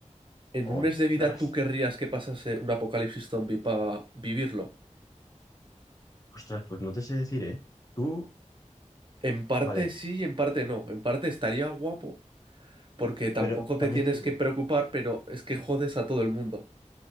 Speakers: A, on the right; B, on the left.
A: ¿En un mes
B: Ostras,
A: de vida tú querrías que pasase un apocalipsis zombie para vivirlo?
B: ostras, pues no te sé decir, ¿eh? Tú,
A: En parte
B: vale,
A: sí y en parte no. En parte estaría guapo, porque tampoco
B: pero también
A: te tienes
B: te digo,
A: que preocupar, pero es que jodes a todo el mundo.